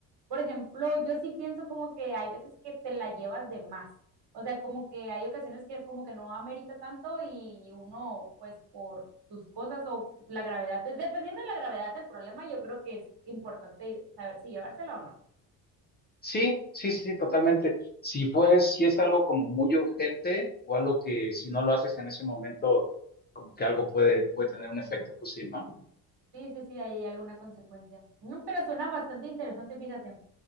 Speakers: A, on the right (about 55°); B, on the left (about 20°).
A: por ejemplo, yo sí pienso como que hay veces que te la llevas de más. O sea, como que hay ocasiones que como que no amerita tanto y uno, pues por sus cosas o la gravedad, de- dependiendo de la gravedad del problema, yo creo que es importante saber si llevársela o no.
B: Sí, sí, sí, totalmente. Si pues, si es algo como muy urgente o algo que si no lo haces en ese momento, como que algo puede, puede tener un efecto, pues sí, ¿no?
A: Sí, sí, sí, ahí hay alguna consecuencia. No, pero suena bastante interesante, fíjate.